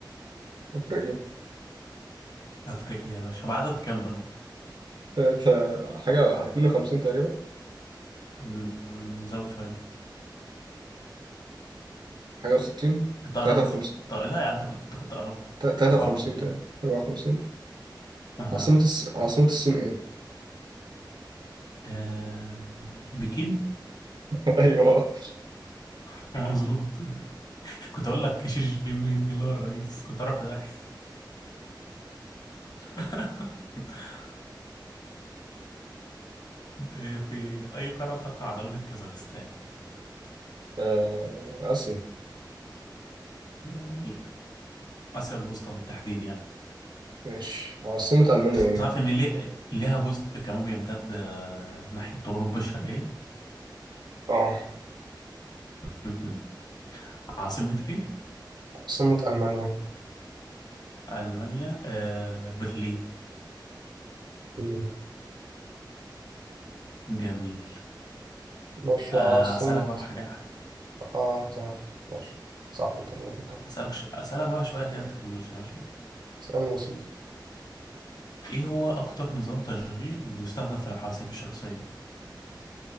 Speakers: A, on the right; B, on the left.
A: افريقيا
B: أفريقيا يا باشا بعدد كام دولة؟
A: تا- تا- حاجة 52 تقريبا
B: مم، زود شوية
A: حاجة و60
B: انت قربت
A: 53
B: طب لا يعني انت كنت انت كنت قربت
A: 53
B: 54
A: تقريبا 54
B: اها
A: عاصمة الس... عاصمة الصين ايه؟
B: آه... بكين
A: <laughs> ايوه آه.
B: <laughs> مظبوط كنت اقول لك شي جين بينج اللي هو الرئيس كنت اعرف ده <laughs> آه، في اي قاره تقع دوله كازاخستان
A: آه، آسيا
B: جميل اسيا الوسطى بالتحديد يعني
A: ماشي عاصمة ألمانيا ايه؟
B: تعرف ان ليه ليها جزء كمان بيمتد آه، ناحيه اوروبا الشرقيه
A: اه
B: مهم. عاصمه ايه
A: عاصمة ألمانيا
B: المانيا آه... برلين
A: مم.
B: جميل
A: ماشي
B: آه،
A: عاصمة
B: اسالك بقى في حاجه
A: اه تمام ماشي صح انت اللي كنت
B: أسألك ش... أسألك بقى شوية كده تكنولوجيا ماشي
A: اسألني يا سيدي
B: إيه هو أكتر نظام تشغيل اللي بيستخدم في الحواسيب الشخصية